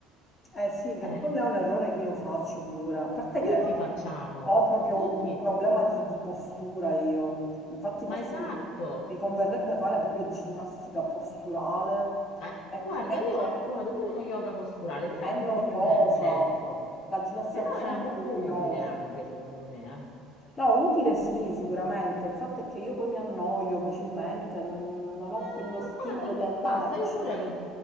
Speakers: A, on the left; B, on the left.
A: Eh sì, che
B: Eh,
A: quello è un errore che io faccio pure, a parte
B: tutti
A: che
B: facciamo,
A: ho proprio
B: tutti,
A: un problema di, di postura io, infatti forse
B: ma esatto.
A: mi, mi converrebbe fare proprio ginnastica posturale,
B: Eh,
A: è,
B: guarda,
A: è
B: io
A: che
B: ho provato pure uno yoga posturale che era
A: è
B: un
A: noiosa,
B: po' più le- lento,
A: la ginnastica
B: però
A: posturale
B: era
A: è
B: molto
A: proprio noiosa.
B: utile anche, secondo me. eh.
A: No, utile sì, sicuramente, il fatto è che io poi mi annoio facilmente, non, non ho
B: Ma
A: quello stimolo
B: guarda, a
A: di
B: me
A: andarci.
B: passa, io pure ero